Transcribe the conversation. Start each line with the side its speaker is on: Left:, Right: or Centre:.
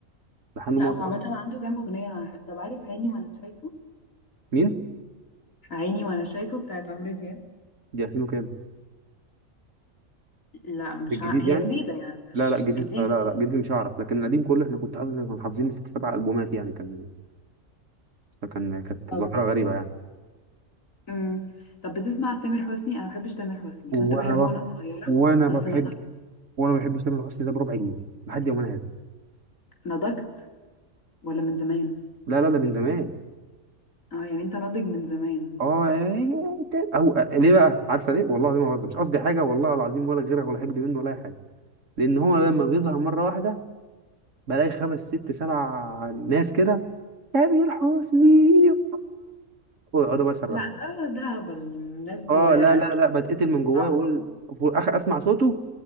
Right: لحنه
Left: لا
Right: مرة
Left: هو عامة عنده كام أغنية طب عارف عيني وأنا شايفه
Right: مين
Left: عيني وأنا شايفه بتاعت عمرو دياب
Right: دي 2000 وكام
Left: لا مش
Right: الجديد
Left: ع... هي
Right: يعني
Left: جديدة يعني مش
Right: لا لا جديد
Left: جديدة
Right: لا لا جديد مش هعرف لكن القديم كله احنا كنت حافظ كنا حافظين ست سبع البومات يعني كان فكان كانت
Left: طب
Right: ظاهرة غريبة يعني
Left: امم طب بتسمع تامر حسني أنا ما بحبش تامر حسني
Right: وانا
Left: كنت بحبه
Right: بقى
Left: وأنا صغيرة
Right: وانا
Left: بس
Right: ما بحب
Left: نضجت
Right: وانا ما بحبش تامر حسني ده بربع جنيه لحد يومنا هذا
Left: نضجت ولا من زمان
Right: لا لا ده من زمان
Left: اه يعني أنت ناضج من زمان
Right: اه إيه، او آه، ليه بقى عارفه ليه والله العظيم ما بهزر مش قصدي حاجه والله العظيم ولا غيرها ولا حقد منه ولا اي حاجه لان هو
Left: امم
Right: لما بيظهر مره واحده بلاقي خمس ست سبع ناس كده تامر حسني اه ويقعدوا بقى يصرخوا
Left: لا ده ده هبل ناس
Right: اه
Left: صغيرة
Right: لا لا
Left: أكيد
Right: لا بتقتل من
Left: مراهقة
Right: جوايا بقول في الاخر اسمع صوته